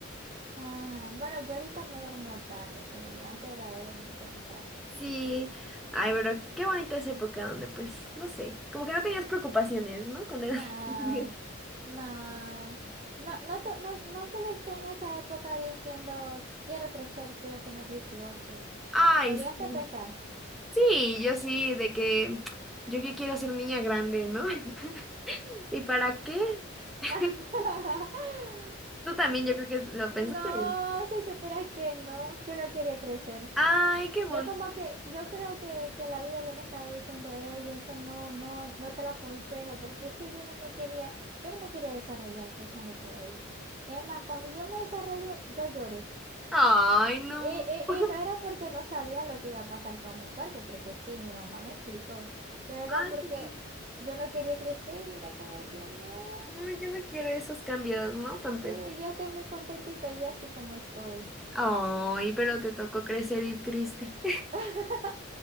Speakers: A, on the right; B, in the centre.
A: Ah, bueno, yo ahorita me duermo tarde, pero yo antes era de dormir temprano.
B: Sí, ay, pero qué bonita esa época donde pues, no sé, como que no tenías preocupaciones, ¿no? Cuando eras
A: No,
B: <laughs> niño.
A: no. No, no, tu- no, no tuviste en esa época diciendo, quiero crecer, quiero tener 18.
B: Ay,
A: ¿Lo llegaste
B: sí.
A: a pensar?
B: Sí, yo sí, de que yo que quiero ser niña grande, ¿no? <laughs> ¿Y para qué? <laughs>
A: <laughs>
B: Tú también, yo creo que lo
A: No,
B: pensaste bien.
A: si supieras que no, yo no quería crecer.
B: Ay, qué bonito.
A: Yo como que, yo creo que, que la vida ya me estaba diciendo, ella, eso no, no, no te lo aconsejo, porque es que yo no me quería, yo no me quería desarrollar empezando por ahí. Es más, cuando yo me desarrollé, yo lloré.
B: Ay, no.
A: Y,
B: <laughs>
A: y- y no era porque no sabía lo que iba a pasar con mi cuerpo, porque sí, mi mamá me explicó, pero era
B: Ay,
A: porque
B: qué bonito.
A: yo no quería crecer, era como que no,
B: No, yo no quiero esos cambios, ¿no? Para
A: sí,
B: empezar.
A: ya estoy muy contenta y feliz así como estoy.
B: Ay, pero te tocó crecer y triste.
A: <laughs>